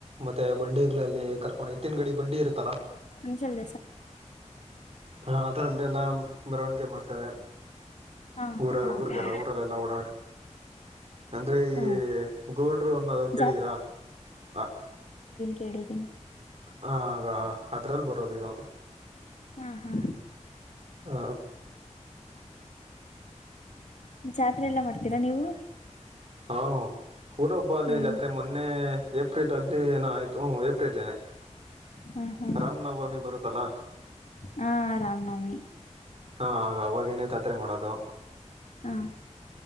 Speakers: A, on the right; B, on the left.
A: ಮತ್ತೆ ಬಂಡಿಗಳಲ್ಲಿ ಕರ್ಕೊಂಡು ಎತ್ತಿನ ಗಡಿ ಬಂಡಿ ಇರುತ್ತಲ್ಲಾ
B: ಹಸ <unintelligible> <inaudible>
A: ಹ ಅದರಲ್ಲೆಲ್ಲ ಮೆರವಣಿಗೆ ಮಾಡ್ತಾರೆ
B: ಹಾ
A: ಊರ
B: ಹಾ
A: ಊರ್ಗೆಲ್ಲ
B: ಹಾ
A: ಊರಲ್ಲೆಲ್ಲ ಓಡಾಡ್ ಅಂದ್ರೆ ಈ
B: ಹ್ಮ್
A: ಗೌಡ್ರು ಅನ್ನೋದು ಕೇಳಿದಿರಾ
B: ಜಾತ್
A: ಅ
B: ಕೇಳಿದಿನಿ
A: ಹ ಆ ಅದ್ರಲ್ಲಿ ಬರೋದು ಇದು
B: ಹಾ ಹಾ
A: ಹ
B: ಜಾತ್ರೆ ಎಲ್ಲ ಮಾಡ್ತೀರಾ ನೀವು
A: ಹಾ ಊರೊಬ್ಬ ಅಲ್ಲಿ
B: ಹ್ಮ್
A: ಜಾತ್ರೆ ಮೊನ್ನೆ ಏಪ್ರಿಲ್ ಅಲ್ಲಿ ಏನ ಆಯ್ತು ಏಪ್ರಿಲ್ನೆ
B: ಹ್ಮ್ ಹ್ಮ್
A: ರಾಮನವಮಿ ಬರುತ್ತಲ್ಲ
B: ಹಾ ರಾಮನವಮಿ
A: ಹಾ ಆಗ ಅವಾಗೇನೇ ಜಾತ್ರೆ ಮಾಡೋದು
B: ಹಾ